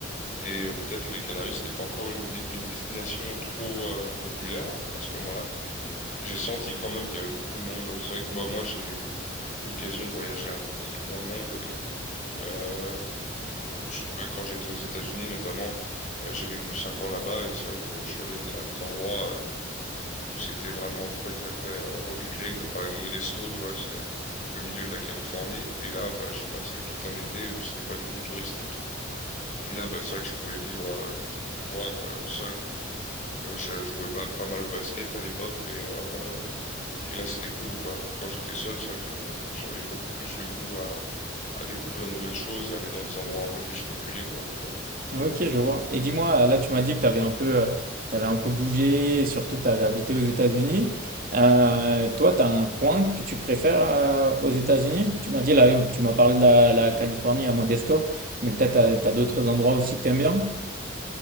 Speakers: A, on the left; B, on the right.
A: Et euh, peut-être les Canaries, c'était pas encore une, di- une destination trop euh, populaire à ce moment-là. J'ai senti quand même qu'il y avait beaucoup de monde. C'est vrai que bah, moi, j'ai eu l'occasion de voyager un peu partout dans le monde. Et euh, je- bah, quand j'étais aux États-Unis notamment, euh, j'ai vécu cinq ans là-bas et c'est vrai que je suis allé à des endroits euh, où c'était vraiment très très très euh, reculé, comme par exemple Modesto, tu vois, c'est le milieu de la Californie. Et là, bah, je j'ai passé tout un été où c'était pas du tout touristique. Et puis là, bah, c'est vrai que je pouvais vivre euh, moi, quoi, seul. Donc je jouais ba- pas mal au basket à l'époque et, euh, et là c'était cool quoi. Quand j'étais seul, c'est vrai que j'avais beaucoup plus le goût à, à découvrir de nouvelles choses et aller dans des endroits un peu plus reculés quoi, tu vois.
B: Ok, je vois. Et dis-moi, là, tu m'as dit que tu avais un peu, tu un peu bougé, et surtout que tu avais habité aux États-Unis. Euh, toi, tu as un coin que tu préfères euh, aux États-Unis? Tu m'as dit, là, tu m'as parlé de la, la Californie à Modesto, mais peut-être tu as, d'autres endroits aussi que tu aimes bien?